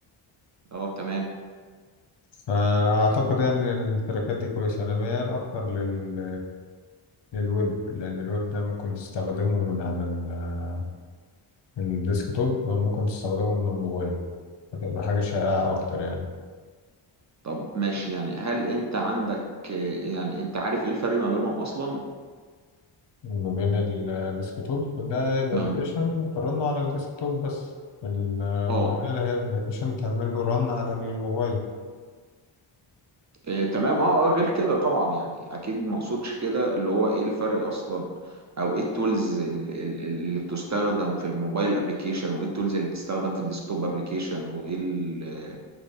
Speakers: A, on the right; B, on the left.
A: اه تمام
B: فأعتقد يعني التراكات دي كويسة أنا ميال أكتر لل للويب لأن الويب ده ممكن تستخدمه من على ال- الديسكتوب أو ممكن تستخدمه من الموبايل فتبقى حاجة شائعة أكتر يعني
A: طب ماشي يعني هل انت عندك آه، يعني انت عارف ايه الفرق ما بينهم اصلا
B: ما بين الديسكتوب ده يبقى
A: ما
B: أبلكيشن
A: ب...
B: ترن على الديسكتوب بس الموبايل
A: اه
B: هي أبلكيشن تعمل له رن على الموبايل
A: إيه تمام اه آه، غير كده طبعا يعني اكيد ما اقصدش كده اللي هو ايه الفرق اصلا او ايه التولز ال- ال- اللي بتستخدم في الموبايل ابلكيشن وايه التولز اللي بتستخدم في الديسكتوب ابلكيشن وايه ال-